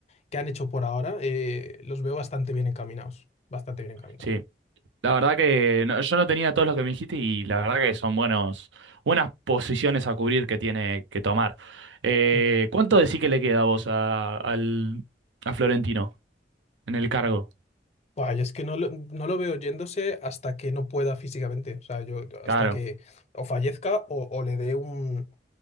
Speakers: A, on the left; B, on the right.
A: que han hecho por ahora, eh, los veo bastante bien encaminados. Bastante bien encaminados.
B: Sí. La verdad que no- yo no tenía todos los que me dijiste y la verdad que son buenos, buenas posiciones a cubrir que tiene que tomar. Eh,
A: Mm.
B: ¿cuánto decís que le queda a vos a, al, a Florentino en el cargo?
A: Buah, yo es que no lo, no lo veo yéndose hasta que no pueda físicamente. O sea, yo hasta
B: Claro.
A: que o fallezca o, o le dé un,